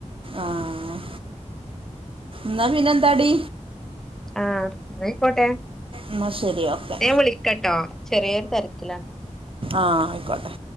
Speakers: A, on the right (about 45°); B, in the centre.
A: ആഹ് ന്നാ പിന്നെന്താ ടി
B: ആഹ് ന്നയ്ക്കോട്ടെ
A: എന്നാൽ ശരി ഓക്കെ
B: ഞാ വിളിക്കട്ടോ ചെറ്യോര് തെര്ക്കിലാണ്
A: ആഹ് അയ്ക്കോട്ടെ